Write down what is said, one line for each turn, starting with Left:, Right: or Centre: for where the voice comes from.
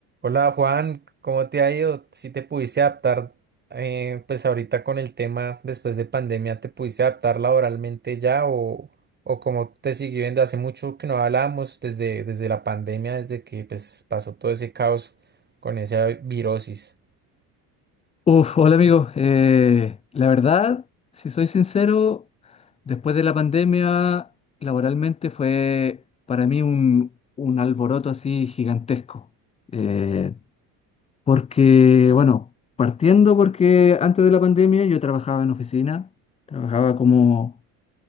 Right: Hola Juan, ¿cómo te ha ido? Si te pudiste adaptar, eh, pues ahorita con el tema después de pandemia, ¿te pudiste adaptar laboralmente ya o, o cómo te siguió viendo? Hace mucho que no hablábamos desde, desde la pandemia, desde que pues, pasó todo ese caos con esa virosis.
Left: Uf, hola amigo. Eh, la verdad, si soy sincero, después de la pandemia, laboralmente fue para mí un, un alboroto así gigantesco. Eh, porque, bueno, partiendo porque antes de la pandemia yo trabajaba en oficina, trabajaba como,